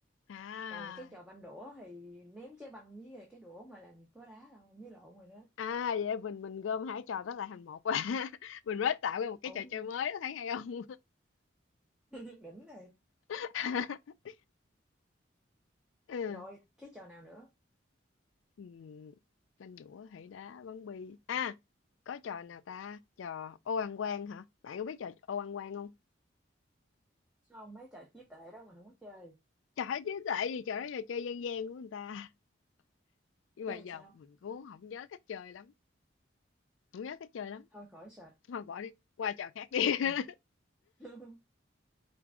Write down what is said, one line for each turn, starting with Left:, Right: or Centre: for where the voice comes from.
Left: à.
Centre: Còn cái trò banh đũa thì ném trái banh với lại cái đũa mà làm gì có đá đâu, với lộn rồi đó.
Left: À, vậy mình mình gom hai trò đó lại thành một quá. <laughs> Mình mới tạo ra một cái
Centre: Ôi,
Left: trò chơi mới, thấy hay không?
Centre: <laughs> đỉnh rồi.
Left: <laughs> Ừ.
Centre: Rồi, cái trò nào nữa?
Left: Ừm, Banh dũa, hỷ đá, bắn bi. À, có trò nào ta? Trò ô ăn quan hả? Bạn có biết trò ô ăn quan không?
Centre: Không, mấy trò trí tuệ đó mình không có chơi.
Left: Trời ơi, chứ tại vì trò đó trò chơi dân gian của người ta. <laughs> Nhưng
Centre: Chơi
Left: mà giờ
Centre: làm sao?
Left: mình cũng không nhớ cách chơi lắm. Không nhớ cách chơi lắm.
Centre: Thôi khỏi search.
Left: Thôi bỏ đi, qua trò khác đi.
Centre: Ừ.
Left: <laughs>
Centre: <laughs>